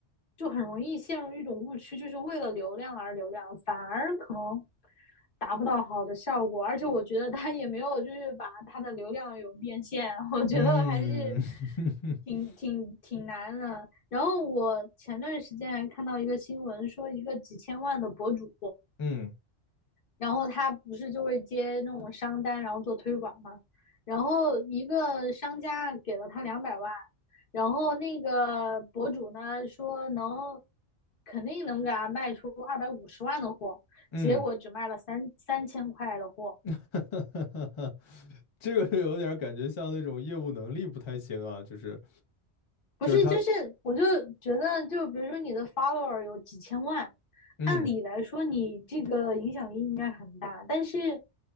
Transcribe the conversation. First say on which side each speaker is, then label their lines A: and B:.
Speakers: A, on the left (about 55°); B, on the left (about 35°).
A: 就很容易陷入一种误区，就是为了流量而流量，反而可能达不到好的效果。而且我觉得他也没有就是把他的流量有变现，<laughs> 我觉得还是
B: 嗯 <laughs>
A: 挺挺挺难的。然后我前段时间还看到一个新闻，说一个几千万的博主。
B: 嗯
A: 然后他不是就会接那种商单，然后做推广嘛。然后一个商家给了他两百万，然后那个博主呢说能肯定能给他卖出二百五十万的货，
B: 嗯。
A: 结果只卖了三三千块的货。
B: <laughs> 哈，这个就有点感觉像那种业务能力不太行啊，就是
A: 不是，
B: 就是他，
A: 就是我就觉得，就比如说你的 follower 有几千万，
B: 嗯
A: 按理来说你这个影响力应该很大，但是